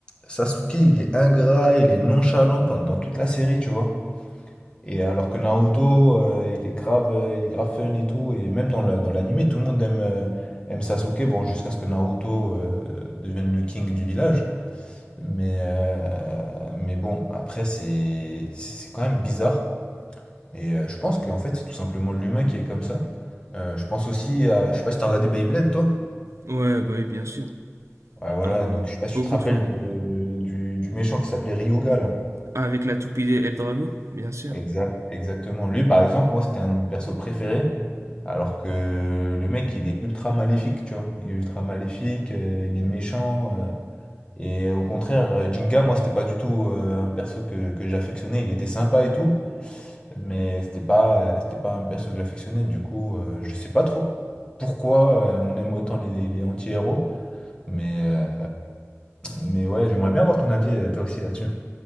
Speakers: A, on the left; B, on the right.
A: Sasuke, il est ingrat, il est nonchalant pendant dans toute la série, tu vois. Et alors que Naruto, euh, il est grave, euh, il est grave fun et tout. Et même dans la, dans l'anime, tout le monde aime, euh, aime Sasuke. Bon, jusqu'à ce que Naruto euh, devienne le king du village. Mais, euh, mais bon, après, c'est, c'est quand même bizarre. Et euh, je pense qu'en fait, c'est tout simplement l'humain qui est comme ça. Euh, je pense aussi à. Je sais pas si t'as regardé Beyblade, toi?
B: Ouais, bah oui, bien sûr.
A: Ouais, voilà.
B: Ah bah,
A: Donc, je sais pas si
B: beaucoup
A: tu te rappelles
B: de fois même.
A: de- du, du méchant qui s'appelait Ryuga, là.
B: Ah, avec la toupie El Drago, bien sûr.
A: Exact, exactement. Lui, par exemple, moi, c'était un de mes persos préférés. Alors que le mec, il est ultra maléfique, tu vois. Il est ultra maléfique, euh, il est méchant. euh. Et au contraire, euh, Jinga, moi, c'était pas du tout euh, un perso que, que j'affectionnais. Il était sympa et tout, mais c'était pas, euh, c'était pas un perso que j'affectionnais. Du coup, euh, je sais pas trop pourquoi euh, on aime autant les, les anti-héros. Mais, euh, mais ouais, j'aimerais bien avoir ton avis, euh, toi aussi, là-dessus.